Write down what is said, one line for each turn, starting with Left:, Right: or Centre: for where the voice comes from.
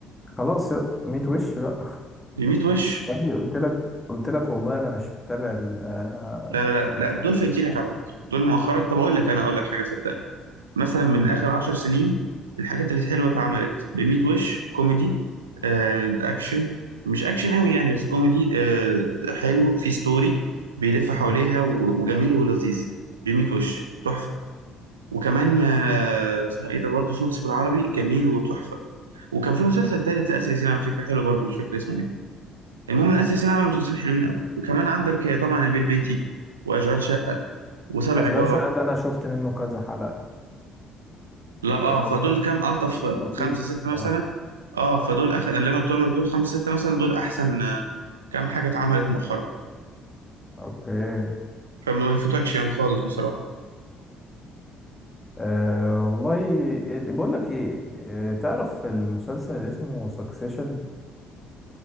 Left: خلاص يا- ميت وش لا
Right: ب 100 وش
Left: يا ابني قلت لك قلت لك والله انا مش متابع ال- آه،
Right: لا لا
Left: المشهد
Right: لا لا دول
Left: المصري
Right: فايتينك على فكره دول مؤخرا طب اقول لك انا اقول لك حاجه صدقني مثلا من
Left: مم.
Right: اخر عشر سنين الحاجات اللي حلوه اتعملت بميت وش كوميدي آه اكشن مش اكشن قوي يعني بس كوميدي آه حلو في ستوري بيلف حواليها
Left: مم.
Right: و- وجميل ولذيذ بميت وش تحفه وكمان آه اسمه ايه ده برضه صوت بالعربي جميل وتحفه وكان في مسلسل تالت لاسر ياسين على فكره حلو برضه مش فاكر اسمه ايه المهم ان اسر ياسين عمل مسلسلين حلوين قوي وكمان عندك آه، طبعا البيت بيتي واشغال شقه وسبع
Left: اشغال
Right: جار
Left: شقه ده انا شفت منه كذا حلقه
Right: لا اه
Left: اشغال
Right: فدول
Left: شقه
Right: كام الطف
Left: لطيف
Right: خمسه سته
Left: صراحه
Right: مثلا اه فدول اخر اللي انا قلتهم لك دول خمسه سته مثلا دول احسن آه، كام حاجه اتعملت مؤخرا
Left: اوكي
Right: فما يفوتكش يعني خالص بصراحه
Left: أه والله بقول لك ايه آه، تعرف المسلسل اللي اسمه سكسيشن